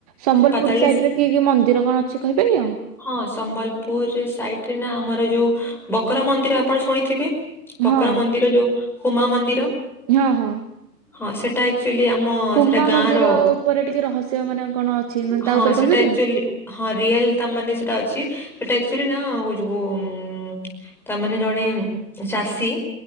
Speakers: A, on the right (about 20°); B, in the centre.
A: ସମ୍ବଲପୁର
B: ପାତାଳିଶ
A: ସାଇଡ ରେ କି କି ମନ୍ଦିର କଣ ଅଛି କହିପାରିବ?
B: ହଁ ସମ୍ବଲପୁର ରେ ସାଇଟ୍ ରେ ନା ଆମର ଯୋଉ ବକର ମନ୍ଦିର ଆପଣ ଶୁଣିଥିବେ?
A: ହଁ
B: ବକର ମନ୍ଦିର ଯୋଉ ହୁମା ମନ୍ଦିର।
A: ହଁ, ହଁ।
B: ହଁ ସେଟା ଏକ୍ଚୁ ତିଲି ଆମ
A: ହୁମା
B: ସେଟା ଗାଁର
A: ମନ୍ଦିର ଉପରେ ଟିକେ ରହସ୍ୟ ମାନେ କଣ ଅଛି ମାନେ ତା
B: ହଁ
A: ଉପରେ କହିପାରିବ?
B: ସେଟା ଏକ୍ଚୁଲି ହଁ ରିଏଲ ତା ମାନେ ସେଟା ଅଛି। ସେଟ ଏକ୍ଚୁଲି ନା ଯୋଉ ଉଁ, ତା ମାନେ ଜଣେ ଚାଷୀ